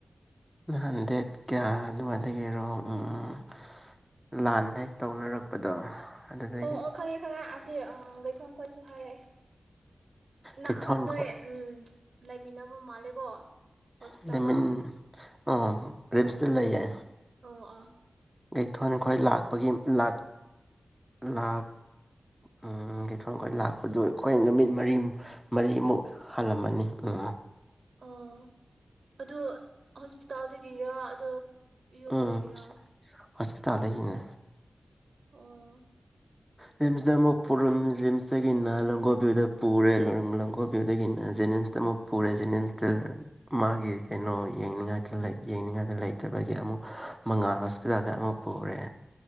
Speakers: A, in the centre; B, on the right.
A: ꯅꯍꯥꯟ ꯗꯦꯠ ꯀꯌꯥ ꯑꯗꯨꯃꯥꯏ ꯂꯩꯔꯣ ꯎꯝ ꯂꯥꯟ ꯍꯦꯛ ꯇꯧꯅꯔꯛꯄꯗꯣ ꯑꯗꯨꯗꯒꯤ
B: ꯑꯣ ꯑꯣ ꯈꯪꯉꯦ ꯈꯪꯉꯦ ꯑ ꯁꯤ ꯒꯩꯊꯣꯡ ꯈꯣꯏꯁꯨ ꯍꯥꯏꯔꯛꯑꯦ ꯅ
A: ꯀꯩꯊꯣꯟ
B: ꯅꯣꯏ
A: ꯈꯣꯏ
B: ꯎꯝ ꯂꯩꯃꯤꯟꯅꯕ ꯃꯥꯜꯂꯦꯀꯣ ꯍꯣꯁꯄꯤꯇꯥꯜꯗ
A: ꯑ‌ꯦꯗꯃꯤꯟ ꯑꯥ ꯔꯤꯝꯁꯇ ꯂꯩꯌꯦ
B: ꯑꯣ ꯑꯣ ꯑꯣ ꯑꯣ
A: ꯀꯩꯊꯣꯟ ꯈꯈꯣꯏ ꯂꯥꯛꯄꯒꯤ ꯂ ꯂꯥꯛ ꯎ ꯀꯩꯊꯣꯟ ꯈꯈꯣꯏ ꯂꯥꯛꯄꯗꯨ ꯑꯩꯈꯣꯏ ꯅꯨꯃꯤꯠ ꯃꯔꯤ ꯃꯔꯤꯃꯨꯛ ꯍꯜꯂꯝꯃꯅꯤ ꯎꯝ
B: ꯑꯣ ꯑꯗꯣ ꯍꯣꯁꯄꯤꯇꯥꯜꯗꯒꯤꯔ ꯑꯗꯣ ꯌꯨꯝꯗꯒꯤꯔꯣ
A: ꯎꯝ ꯍꯣꯁꯄꯤꯇꯥꯜꯗꯒꯤꯅꯦ
B: ꯑꯣ
A: ꯔꯤꯁ꯭ꯃ ꯗ ꯀꯃꯨꯛ
B: ꯎꯝ
A: ꯄꯨꯔꯝꯃꯤ ꯔꯤꯁ꯭ꯃ ꯒꯤꯅ ꯂꯣꯡꯒꯣ ꯚꯌꯨꯗ ꯄꯨꯔꯦ ꯂꯣꯡꯒꯣ ꯚꯌꯨꯗꯒꯤꯅ ꯖꯦꯅꯤꯝꯁꯇ ꯑꯃꯨꯛ ꯄꯨꯔꯦ ꯖꯦꯅꯤꯝꯁꯇ ꯃꯥꯒꯤ ꯀꯩꯅꯣ ꯌꯦꯡꯅꯤꯡꯉꯥꯏꯇ ꯌꯦꯡꯅꯤꯡꯉꯥꯏꯗ ꯂꯩꯇꯕꯒꯤ ꯑꯃꯨꯛ ꯃꯉꯥꯜ ꯍꯣꯁꯄꯤꯇꯥꯜꯗ ꯑꯃꯨꯛ ꯄꯨꯔꯦ